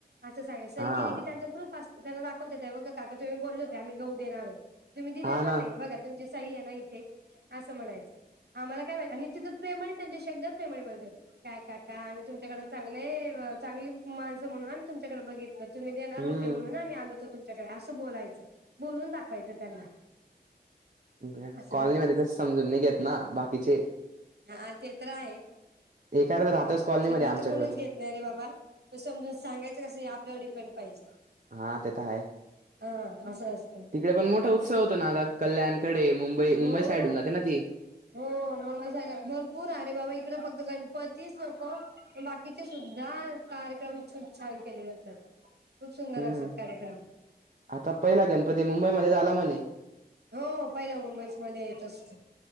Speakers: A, on the right; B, on the right.
A: असं सांगाय सही
B: हां.
A: केलं की त्यांचं प्रूफ अस त्यांना दाखवयचा त्या बघा काका तुम्ही बोलले होते आम्ही गहूं देणार तुम्ही दिले
B: हां
A: पण
B: ना.
A: नाही बघा. तुमचे सही आहे ना इथे असं म्हणायचं. आम्हाला काय वे आणि तिथं प्रेमनी त्यांच्याशी एकदम प्रेमाने बोलायचे. काय काका आम्ही तुमच्याकडे चांगलेय व चांगली माणसं म्हणून आम्ही तुमच्याकडे बघितलोत तुम्ही देणार
B: हम्म.
A: होते म्हणून आम्ही आलो होतो तुमच्याकडे असं बोलायचं बोलून दाखवायचं त्यांना.
B: <unintelligible>
A: असं
B: कॉलनी
A: करायचं
B: मध्ये तसं समजून नाही घेत ना बाकीचे.
A: हा ते तर आहे
B: एखादं राहतच कॉलनीमध्ये
A: समजून
B: आमच्या
A: तर कोणीच घेत नाही रे बाबा समजून सांगायचं कसं आहे आपल्यावर डिपेंड पाहिजे.
B: हा ते तर आहे.
A: आं असा अस
B: तिकडे पण मोठा उत्सव होतो ना आता कल्याणकडे मुंबई
A: हो
B: मुंबई साईडून जाते ना ती.
A: हो. म मुंबई साइडला भरपूर अरे बाबा इकडे फक्त गणपतीच नको बाकीचे सुद्धा कार्यक्रम खूप छान केले जातात खूप सुंदर
B: हम्म.
A: असतात कार्यक्रम.
B: आता पहिला गणपती मुंबईमध्ये झाला म्हणे.
A: हो पहिला मुंबईस मध्ये येतच तो